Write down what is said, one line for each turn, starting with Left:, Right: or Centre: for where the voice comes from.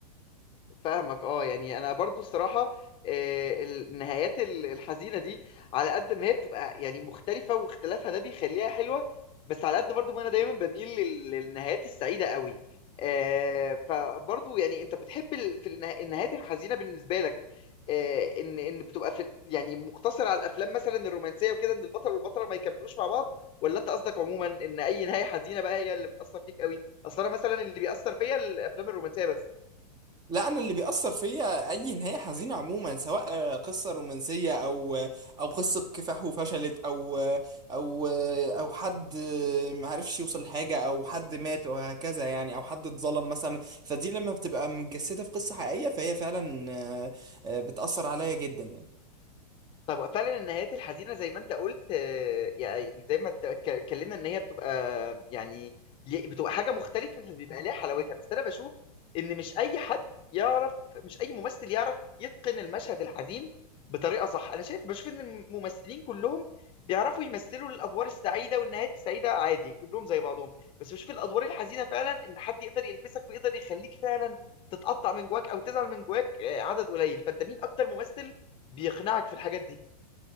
Left: فاهمك اه يعني انا برضو الصراحه آه، النهايات ال- الحزينه دي على قد ما هي بتبقى يعني مختلفه واختلافها ده بيخليها حلوه بس على قد برضو ما انا دايما بميل لل- للنهايات السعيده قوي آه، فبرضو يعني انت بتحب ال- في النها- النهايات الحزينه بالنسبه لك آه، ان ان بتبقى في يعني مقتصر على الافلام مثلا الرومانسيه وكده ان البطل والبطله ما يكملوش مع بعض ولا انت قصدك عموما ان اي نهايه حزينه بقى هي اللي بتاثر فيك قوي اصل انا مثلا اللي بيأثر فيا الافلام الرومانسيه بس
Right: لا انا اللي بيأثر فيا اي نهاية حزينة عموما سواء آه، قصة رومانسية او آه، او قصة كفاح وفشلت او آه، او آه، او حد آه، ما عرفش يوصل لحاجة او حد مات وهكذا يعني او حد اتظلم مثلا فدي لما بتبقى متجسدة في قصة حقيقية فهي فعلا آه، آه، بتأثر عليا جدا يعني
Left: طب فعلا النهايات الحزينه زي ما انت قلت آه، يعني زي ما ات- ك- اتكلمنا ان هي بتبقى يعني لي- بتبقى حاجه مختلفه فبيبقى ليها حلاوتها بس انا بشوف ان مش اي حد يعرف مش اي ممثل يعرف يتقن المشهد الحزين بطريقه صح انا شايف بشوف ان الممثلين كلهم بيعرفوا يمثلوا الادوار السعيده والنهايات السعيده عادي كلهم زي بعضهم بس بشوف الادوار الحزينه فعلا ان حد يقدر يلمسك ويقدر يخليك فعلا تتقطع من جواك او تزعل من جواك آه، عدد قليل فانت مين اكتر ممثل بيقنعك في الحاجات دي